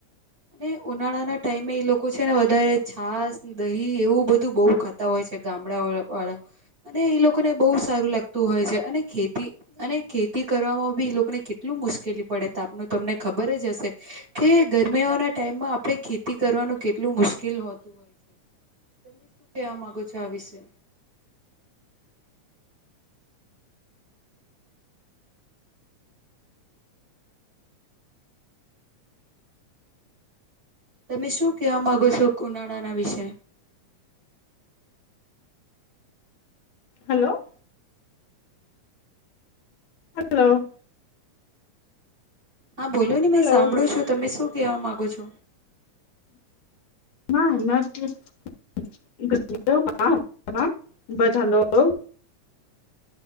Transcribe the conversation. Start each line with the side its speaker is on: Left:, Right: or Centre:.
Right: અને ઉનાળાના ટાઈમે એ લોકો છે ને વધારે. આસ દહી એવું બધું બહુ ખાતા હોય છે ગામડા વાળા. અને એ લોકોને બહુ સારું લાગતું હોય છે અને ખેતી અને ખેતી કરવામાં બી એ લોકોને કેટલું મુશ્કેલી પડે ત આપનું તમને ખબર જ હશે. કે ગરમીઓના ટાઈમમાં આપણે ખેતી કરવાનું કેટલું મુશ્કેલ હોતું. તમે શું કેવા માંગો છો આ વિશે તમે શું કેવા માંગો છો ઉનાળાના વિશે
Left: હલો. હલો.
Right: હા બોલો ને મેં
Left: હલો
Right: સાંભળો છો તમે શું કહેવા માગો છો.
Left: હ <unintelligible> એમાં <inaudible> બધાલો.